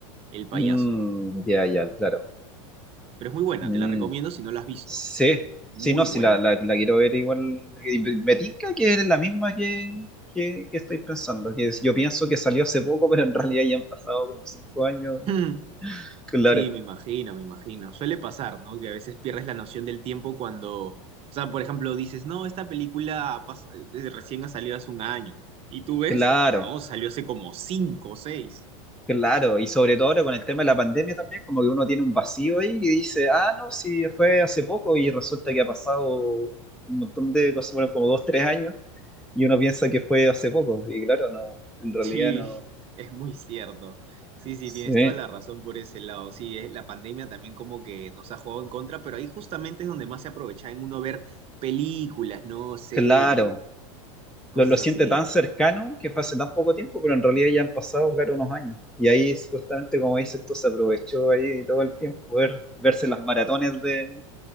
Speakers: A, on the right; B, in the centre.
A: el payaso.
B: Mm, ya, ya, claro.
A: Pero es muy buena,
B: Mm,
A: te la recomiendo si no la has visto.
B: sí,
A: Muy
B: sí, no,
A: buena.
B: sí, la, la, la quiero ver igual. Y Me tinca que es la misma que, que, que estoy pensando, que es- yo pienso que salió hace poco, pero en realidad ya han pasado como cinco años.
A: <clears throat> <laughs>
B: Claro,
A: Sí, me imagino, me imagino. Suele pasar, ¿no? Que a veces pierdes la noción del tiempo cuando, o sea, por ejemplo, dices, no, esta película ha pas- eh, recién ha salido hace un año. ¿Y tú ves?
B: claro,
A: No, salió hace como cinco o seis. <laughs>
B: claro. Y sobre todo ahora con el tema de la pandemia también, como que uno tiene un vacío ahí y dice, ah, no, sí, fue hace poco y resulta que ha pasado un montón de cosas, bueno, como dos, tres años, y uno piensa que fue hace poco, y claro, no, en realidad
A: Sí,
B: no.
A: es muy cierto. Sí, sí,
B: Sí.
A: tienes toda la razón por ese lado. Sí, es- la pandemia también como que nos ha jugado en contra, pero ahí justamente es donde más se aprovecha en uno ver películas, ¿no? Series,
B: Claro,
A: cosas
B: lo, lo siente
A: así.
B: tan cercano que fue hace tan poco tiempo, pero en realidad ya han pasado, claro, unos años. Y ahí, justamente como dices, esto se aprovechó ahí todo el tiempo, ver, verse las maratones de,